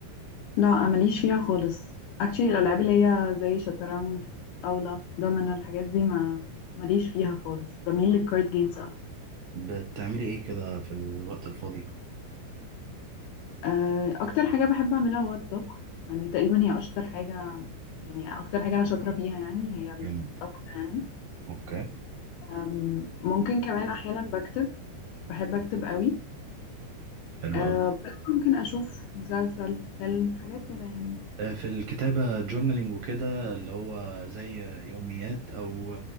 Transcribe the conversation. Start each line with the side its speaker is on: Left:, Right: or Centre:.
Left: لا ماليش فيها خالص actually الالعاب اللي هي زي شطرنج طاوله دومينو الحاجات دي ما ماليش فيها خالص بميل
Right: طب
Left: للكارد جيمز اكتر
Right: بتعملي ايه كده في الوقت الفاضي
Left: آه، اكتر حاجه بحب اعملها هو الطبخ يعني تقريبا هي اشطر حاجه يعني اكتر حاجه انا شاطره فيها يعني هي الطبخ
Right: جامد
Left: يعني
Right: اوكي
Left: أم، ممكن كمان احيانا بكتب بحب اكتب قوي
Right: حلو
Left: أه
Right: قوي.
Left: برضه ممكن اشوف مسلسل فيلم حاجات كده يعني
Right: آه، في الكتابة جورنالينج وكده اللي هو زي يوميات أو